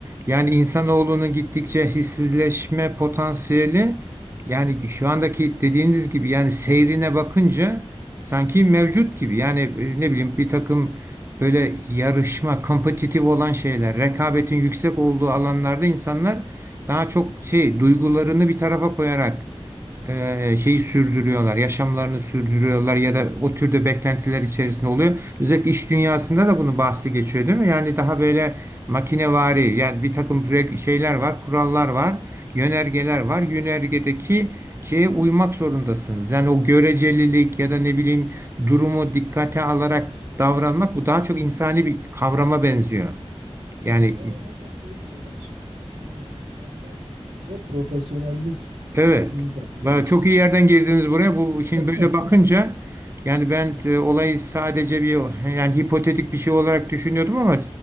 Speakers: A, on the right; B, on the right.
A: Yani insanoğlunun gittikçe hissizleşme potansiyeli yani şu andaki dediğiniz gibi yani seyrine bakınca sanki mevcut gibi. Yani e, ne bileyim bir takım böyle yarışma, kompetitif olan şeyler, rekabetin yüksek olduğu alanlarda insanlar daha çok şey duygularını bir tarafa koyarak e, şeyi sürdürüyorlar, yaşamlarını sürdürüyorlar ya da o türde beklentiler içerisinde oluyor. Özellikle iş dünyasında da bunu bahsi geçiyor değil mi? Yani daha böyle makinevari yani bir takım pre- şeyler var, kurallar var, yönergeler var. Yönergedeki şeye uymak zorundasınız. Yani o görecelilik ya da ne bileyim durumu dikkate alarak davranmak bu daha çok insani bir kavrama benziyor. Yani
B: Evet, ve ona da şey diyorlar. Bu dediğiniz tam tarif ettiğiniz şeye profesyonellik
A: Evet.
B: ismini takıyorlar.
A: Ba- Çok iyi yerden girdiniz buraya. Bu
B: <laughs>
A: şimdi böyle bakınca yani ben e, olayı sadece bir yani hipotetik bir şey olarak düşünüyordum ama